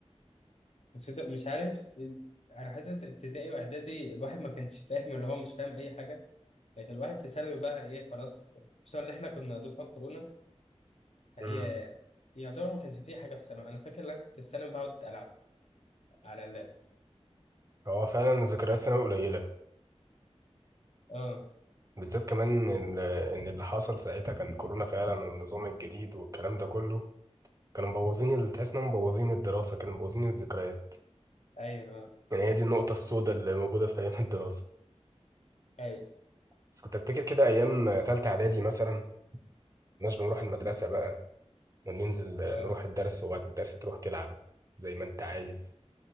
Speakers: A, on the left; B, on the right.
A: خصوصا مش عارف انا حاسس ابتدائي واعدادي الواحد ما كانش فاهم اللي هو مش فاهم اي حاجه لكن الواحد في ثانوي بقى ايه خلاص خصوصا ان احنا كنا دفعه كورونا فهي
B: امم
A: يعتبر ما كانش فيه حاجه في ثانوي انا فاكر لك كنت في ثانوي بقعد العب على اللاب
B: هو فعلا ذكريات ثانوي قليله
A: اه
B: بالذات كمان ان إن اللي حصل ساعتها كان كورونا فعلا والنظام الجديد والكلام ده كله كانوا مبوظين ال- تحس انهم مبوظين الدراسه كانوا مبوظين الذكريات
A: ايوه اه
B: يعني هي دي النقطه السوداء اللي موجوده في ايام <laughs> الدراسه
A: ايوه
B: بس كنت افتكر كده ايام تالتة اعدادي مثلا مش بنروح المدرسة بقى وننزل
A: اه
B: نروح الدرس وبعد الدرس تروح تلعب زي ما انت عايز